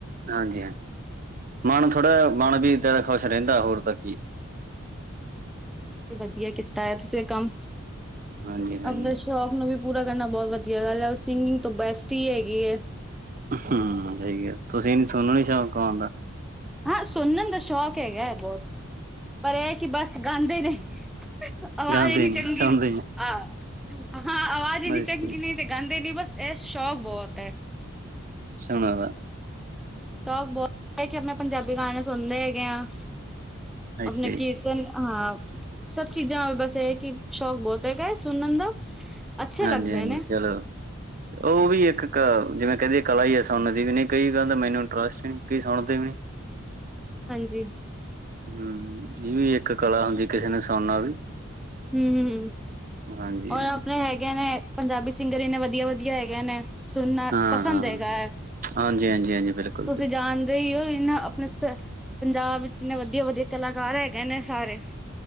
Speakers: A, on the right; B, in the centre.
A: ਹਾਂਜੀ ਹਾਂ, ਮੱਣ ਥੋੜ੍ਹਾ ਮੱਣ ਵੀ ਏਦਾਂ ਦਾ ਖੁਸ਼ ਰਹਿੰਦਾ ਹੋਰ ਤਾਂ ਕੀ।
B: ਵਧੀਆ ਕੀਤਾ ਤੁਸੀਂ ਐਹ ਕੰਮ।
A: ਹਾਂਜੀ ਹਾਂਜੀ
B: ਆਪਣੇ ਸ਼ੌਕ ਨੂੰ ਵੀ ਪੂਰਾ ਕਰਨਾ ਬਹੁਤ ਵਧੀਆ ਗੱਲ ਐ। ਸਿੰਗਿੰਗ ਤੋਂ ਬੈਸਟ ਈ ਹੈਗੀ ਏ।
A: ਹੂੰ ਸਹੀ ਏ, ਤੁਸੀਂ ਨੀ ਤੁਹਾਨੂੰ ਨੀ ਸ਼ੌਂਕ ਗੌਣ ਦਾ।
B: ਹਾਂ ਸੁਣਨ ਦਾ ਸ਼ੌਕ ਹੈਗਾ ਐ ਬਹੁਤ, ਪਰ ਇਹ ਕਿ ਬਸ ਗਾਂਦੇ ਨਹੀਂ। ਆਵਾਜ਼
A: ਗਾਉਂਦੇ
B: ਈ ਨੀ ਚੰਗੀ
A: ਸੁਣਦੇ
B: ਆਹ, ਹਾਂ ਆਵਾਜ਼
A: ਅੱਛਾ
B: ਈ ਨੀ ਚੰਗੀ ਨਹੀਂ ਤੇ ਗਾਂਦੇ ਨੀ ਬਸ ਇਹ ਸ਼ੌਕ ਬਹੁਤ ਐ।
A: ਸੁਣਾ ਦਾ।
B: ਸ਼ੌਕ ਬਹੁਤ ਕਿ ਆਪਣੇ ਪੰਜਾਬੀ ਗਾਣੇ ਸੁਣਦੇ ਹੈਗੇ ਆ,
A: ਅੱਛਾ
B: ਆਪਣੇ ਕੀ
A: ਜੀ
B: ਨ ਹਾਂ, ਸਭ ਚੀਜ਼ਾਂ ਬਸ ਇਹ ਕਿ ਸ਼ੌਕ ਬਹੁਤ ਹੈਗਾ ਐ, ਸੁਣਨ ਦਾ। ਅੱਛੇ
A: ਹਾਂਜੀ-ਹਾਂਜੀ
B: ਲੱਗਦੇ ਨੇ
A: ਚਲੋ। ਉਹ ਵੀ ਇੱਕ ਕਾ, ਜਿਵੇਂ ਕਹਿੰਦੇ ਕਲਾ ਈ ਐ ਸੁਣਨ ਦੀ ਵੀ, ਨਹੀਂ ਕਈ ਕਹਿੰਦੇ ਮੈਨੂੰ ਇੰਟਰਸਟ ਈ ਨਹੀਂ, ਕਈ ਸੁਣਦੇ ਵੀ
B: ਹਾਂਜੀ।
A: ਹੂੰ-ਹੂੰ ਇਹ ਵੀ ਇੱਕ ਕਲਾ ਹੁੰਦੀ, ਕਿਸੇ ਨੂੰ ਸੁਣਨਾ ਵੀ।
B: ਹੂੰ-ਹੂੰ
A: ਹਾਂਜੀ ਹਾਂਜੀ
B: ਔਰ ਆਪਣੇ ਹੈਗੇ ਨੇ, ਪੰਜਾਬੀ ਸਿੰਗਰ ਇੰਨੇ ਵਧੀਆ-ਵਧੀਆ ਹੈਗੇ ਨੇ। ਸੁਣਨਾ
A: ਹਾਂ-ਹਾਂ,
B: ਪਸੰਦ ਹੈਗਾ ਐ।
A: ਹਾਂਜੀ-ਹਾਂਜੀ-ਹਾਂਜੀ, ਬਿਲਕੁਲ-ਬਿਲਕੁਲ।
B: ਤੁਸੀਂ ਜਾਣ ਇਹੀਓ ਏ ਨਾ, ਆਪਣੇ ਪੰਜਾਬ ਵਿੱਚ ਇੇਨੇ ਵਧੀਆ-ਵਧੀਆ ਕਲਾਕਾਰ ਹੈਗੇ ਨੇ ਸਾਰੇ।